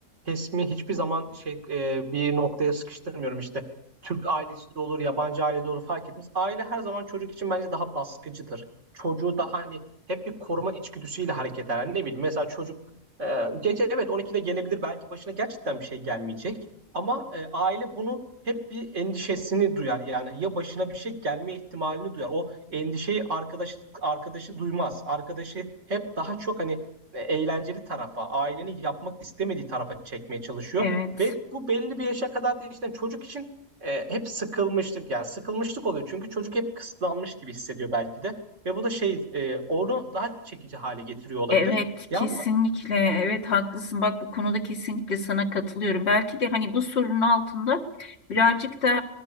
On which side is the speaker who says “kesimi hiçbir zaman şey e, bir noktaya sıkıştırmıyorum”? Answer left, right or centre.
Right